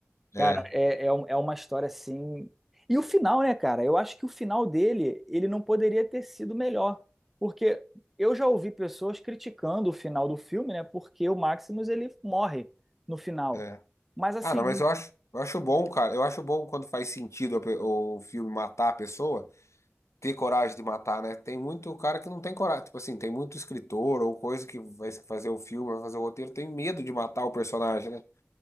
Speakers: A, on the left (about 85°); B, in the centre.
A: É,
B: cara, é, é, um- é uma história assim. E o final, né, cara? Eu acho que o final dele, ele não poderia ter sido melhor. Porque eu já ouvi pessoas criticando o final do filme, né, porque o Maximus ele morre no final.
A: é.
B: Mas assim,
A: Ah, não, mas eu acho, eu acho bom, cara. Eu acho bom quando faz sentido a pe- o filme matar a pessoa. ter coragem de matar, né? Tem muito cara que não tem coragem. Tipo assim, tem muito escritor ou coisa que vai fazer o filme, vai fazer o roteiro, tem medo de matar o personagem, né?